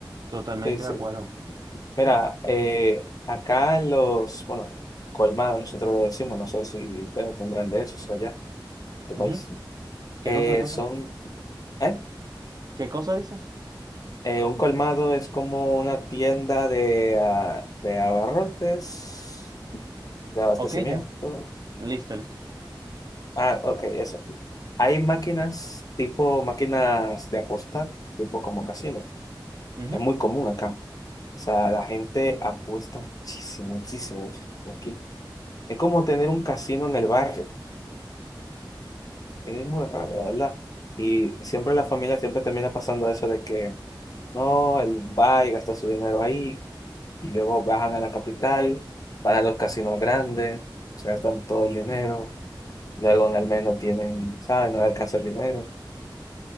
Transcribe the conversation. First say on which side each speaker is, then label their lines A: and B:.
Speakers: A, on the right; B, on the left.
A: Totalmente
B: Sí, sí.
A: de acuerdo.
B: Mira, eh, acá en los, bueno, colmados, nosotros lo decimos, no sé si ustedes tendrán de eso allá, tu
A: Ujú.
B: país.
A: ¿Qué
B: Eh,
A: cosa, qué cosa?
B: son, ¿eh?
A: ¿Qué cosa dices?
B: Eh, un colmado es como una tienda de, ah, de abarrotes, de abastecimiento.
A: Ok, ya. Listo, listo.
B: Ah, ok, eso. Hay máquinas, tipo máquinas de apostar, tipo como casino.
A: Ujú.
B: Es muy común acá. O sea, la gente apuesta muchísimo, muchísimo, muchísimo aquí. Es como tener un casino en el barrio. Es muy raro, la verdad. Y siempre la familia siempre termina pasando eso de que no, él va y gasta su dinero ahí y luego bajan a la capital, van a los casinos grandes, se gastan todo el dinero, luego en el mes no tienen, ¿sabes? No les alcanza el dinero.